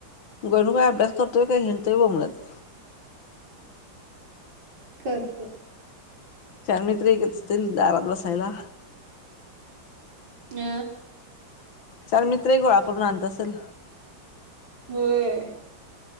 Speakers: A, on the left; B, on the right.
A: गणू काय अभ्यास करतोय का हिडतोय बोबंलत
B: करतो
A: चार मित्र एकच असतील दारात बसायला
B: अ
A: चार मित्रही गोळा करून आणत असल
B: होय